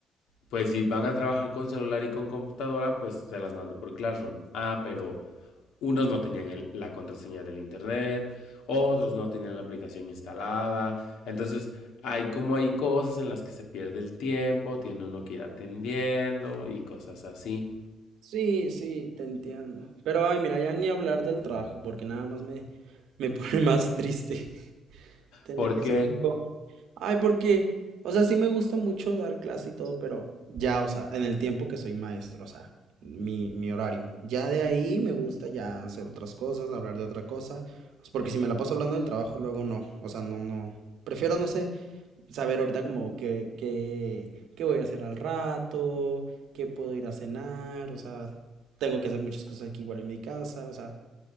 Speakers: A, on the left; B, on the right.
A: pues si van a trabajar con celular y con computadora, pues se las mando por Classroom. Ah, pero unos no tenían el- la contraseña del internet, otros no tenían la aplicación instalada. Entonces, hay como hay cosas en las que se pierde el tiempo, tiene uno que ir atendiendo y cosas así.
B: Sí, sí, te entiendo. Pero, ay, mira, ya ni hablar del trabajo porque nada más me, me pone más triste. <laughs> Tener
A: Porque,
B: que ser. Ay, porque, o sea, sí me gusta mucho dar clase y todo, pero ya, o sea, en el tiempo que soy maestro, o sea, mi, mi horario. Ya de ahí me gusta ya hacer otras cosas, hablar de otra cosa, pues, porque si me la paso hablando del trabajo, luego no, o sea, no, no. Prefiero, no sé, saber ahorita como qué, qué, qué voy a hacer al rato, qué puedo ir a cenar, o sea, tengo que hacer muchas cosas aquí igual en mi casa, o sea,